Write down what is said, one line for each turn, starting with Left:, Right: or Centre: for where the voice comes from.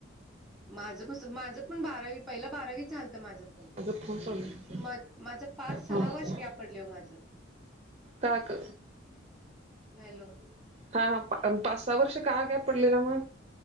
Centre: माझ तस माझ पण बारावी पहिला बारावीच झालत माझं.
Right: अगं फोन चालू
Centre: म माझ पाच सहा
Right: हा
Centre: वर्ष ग्याप पडले हो माझं.
Right: ताक.
Centre: हॅलो.
Right: हा पाच सहा वर्ष का काय ग्याप पडलेला मूळ